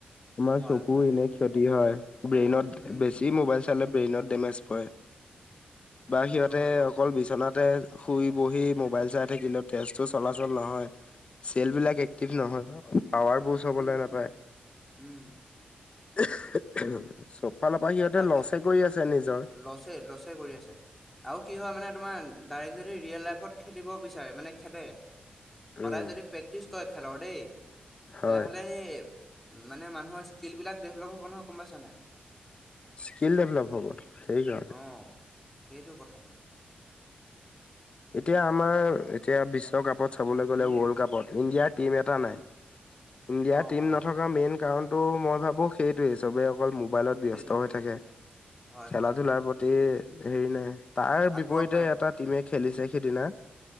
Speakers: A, on the left; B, in the centre.
A: আমাৰ
B: হয়
A: চকুৰ
B: হয়
A: এনে ক্ষতি কিয় হয়? ব্ৰেইনত
B: উম
A: বেছি মোবাইল চালে ব্ৰেইনত ডেমেজ পৰে। বা
B: সেইটো
A: সিহঁতে
B: হয় বাৰু
A: অকল
B: দেই
A: বিচনাতে শুই বহি মোবাইল চাই থাকিলেও তেজটো চলাচল নহয়। চেল
B: উম
A: বিলাক
B: উম
A: এক্টিভ নহয় ন'। আৱাৰ বুষ্ট হ'বলৈ
B: উম
A: নাপায়।
B: উম উম!
A: <unintelligible> চব ফালৰ পৰা সিহঁতে
B: তাকে
A: লছে কৰি আছে নিজৰ
B: লছে, লছে কৰি আছে, আৰু কি হয় মানে, তোমাৰ তাৰে যদি ৰিয়েল লাইফত খেলিব বিচাৰে মানে খেলে। সদায়
A: উম
B: যদি প্ৰেক্টিচ কৰে খেলৰ দেই,
A: হয়।
B: তেনেহ'লে মানে, মানুহৰ স্কিল বিলাক ডেভলপ হ'ব নহয় গম পাইছা নাই?
A: স্কিল ডেভেলপ হ'ব। সেইয়া
B: অ' সেইটো কথাটো।
A: এতিয়া আমাৰ এতিয়া বিশ্বকাপত চাবলৈ গ'লে
B: উম
A: ৱৰ্ল্ড কাপত ইণ্ডিয়াত টিম এটা নাই। ইণ্ডিয়াৰ
B: অ'
A: টিম
B: অ'
A: নথকা মেইন কাৰণ তো মই ভাবোঁ সেইটোয়ে চবেই অকল মোবাইলত ব্যস্ত
B: সেইটোৱে সেইটোৱে
A: হৈ থাকে,
B: হয়
A: খেলা
B: হয়
A: ধূলাৰ
B: হয়
A: প্ৰতি এৰিলে। তাৰ
B: আগ্ৰহ
A: বিপৰীতে
B: নাই
A: এটা টিমে খেলিছে সিদিনা